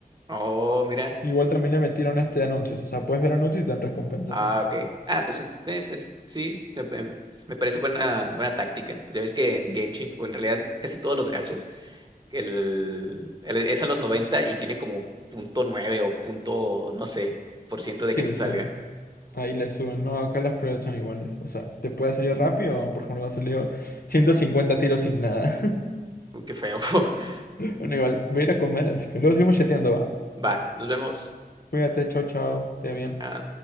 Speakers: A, on the right (about 25°); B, on the left (about 70°).
A: Oh, mira.
B: Igual también le metieron este anuncios. O sea, puedes ver anuncios y te dan recompensas.
A: Ah, ok. Ah, pues, ent- eh, pues sí, se- eh, me parece buena, buena táctica. Pues ya ves que en Genshin, o en realidad casi todos los gachas, el, el- es a los 90 y tiene como punto nueve o punto, no sé, por ciento de
B: Sí,
A: que te salga.
B: sí. Ahí le suben. No, acá las peleas son iguales. O sea, te puede salir rápido, o, por ejemplo, me ha salido 150 tiros sin nada. <laughs>
A: Uy, qué feo. <laughs>
B: Bueno, igual, voy a ir a comer, así que luego seguimos chateando, ¿va?
A: Va, nos vemos.
B: Cuídate, chao, chao. Te va bien.
A: Ah,